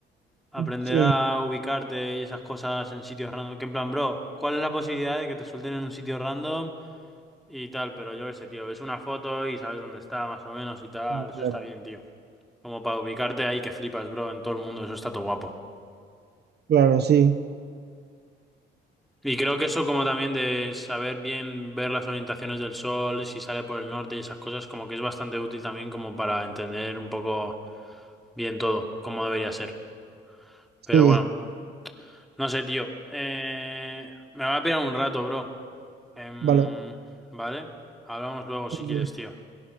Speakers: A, in the centre; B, on the right.
A: aprender
B: sí,
A: a ubicarte y esas cosas en sitios random. Que en plan, bro, ¿cuál es la posibilidad de que te suelten en un sitio random y tal? Pero yo qué sé, tío, ves una foto y sabes dónde está más o menos y tal.
B: sí,
A: Eso
B: claro.
A: está bien, tío. Como para ubicarte ahí que flipas, bro, en todo el mundo. Eso está todo guapo.
B: Claro, sí.
A: Y creo que eso como también de saber bien ver las orientaciones del sol, si sale por el norte y esas cosas, como que es bastante útil también como para entender un poco bien todo, cómo debería ser.
B: Sí,
A: Pero bueno, no sé, tío. Eh, me va a pegar un rato, bro. Em,
B: vale.
A: ¿vale? Hablamos luego si
B: ok,
A: quieres, tío.